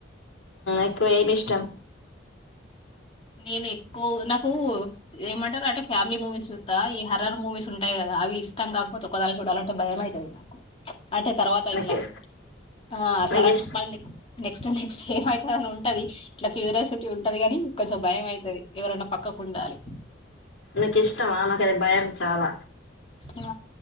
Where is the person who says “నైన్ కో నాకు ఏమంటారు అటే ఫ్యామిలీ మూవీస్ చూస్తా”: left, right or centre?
Left